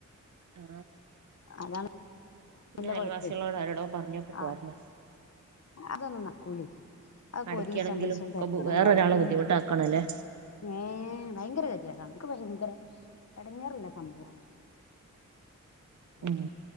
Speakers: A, on the right (about 65°); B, on the left (about 55°).
A: ആ
B: അതാണ്
A: പിന്നെ
B: ഇല്ല
A: അയൽവാസ്യളോട്
B: കൊഴപ്പേ
A: ആരോടോ പറഞ്ഞൊക്കെ പോരണം
B: ആഹ് അതൊന്നും നടക്കൂലേ അ ഒക്കെ
A: അടക്കാണെങ്കിലും
B: ഒരീസംരണ്ടീസം
A: ഒക്കെ
B: തെരക്കൊക്കെ
A: വേറൊരാളെ
B: ഉണ്ടാവും പിന്നെ
A: ബുദ്ധിമുട്ടാക്കണല്ലേ
B: ഏ ഭയങ്കര കെത്യാടാണ് ൻക്ക് ഭയങ്കര എടങ്ങേറ്ള്ള സംഭവാണത് ഓക്കെ
A: ഉം